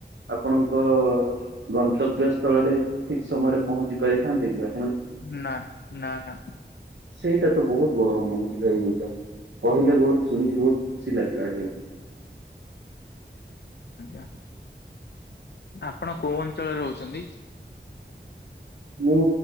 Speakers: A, on the right (about 80°); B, on the left (about 65°).
A: ଆପଣଙ୍କ ଗନ୍ତବ୍ୟ ସ୍ଥଳରେ ଠିକ ସମୟରେ ପହଞ୍ଚି ପାରିଥାନ୍ତେ ଯ
B: ନା ନା ନା
A: ସେଇଟା ତ ବହୁତ ବଡ ଆଉଛି ରହ ଏଇଟା କହିଲେ ବହୁତ ଶୁଣିିକି ବହୁତ ଖୁସି ଲାଗିଲା।
B: ଆଜ୍ଞା ଆପଣ କୋଉ ଅଞ୍ଚଳରେ ରହୁଛନ୍ତି?
A: ମୁଁ